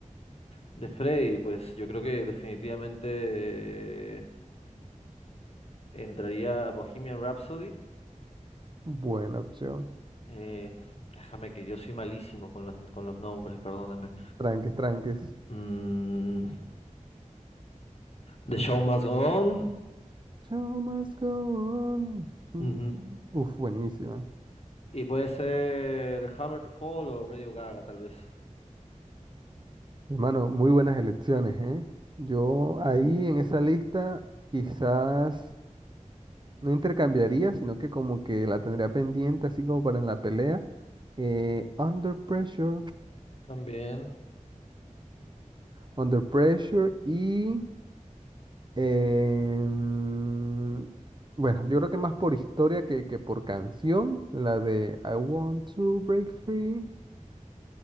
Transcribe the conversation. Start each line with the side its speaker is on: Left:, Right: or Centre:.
Left: De Freddy, pues yo creo que definitivamente eh, entraría Bohemian Rhapsody.
Right: Buena opción.
Left: Eh, déjame que yo soy malísimo con los, con los nombres, perdóname.
Right: Tranques, tranques.
Left: Mm, The Show Must Go On.
Right: Show must go on. Mm,
Left: Ujú.
Right: mm. Uf, buenísima.
Left: Y puede ser Hammer to Fall o Radio Gaga, tal vez.
Right: Hermano, muy buenas elecciones, ¿eh? Yo ahí en esa lista, quizás no intercambiaría, sino que como que la tendría pendiente, así como para en la pelea. Eh, Under Pressure.
Left: También.
Right: Under Pressure y... em, bueno, yo creo que más por historia que, que por canción, la de I Want to Break Free.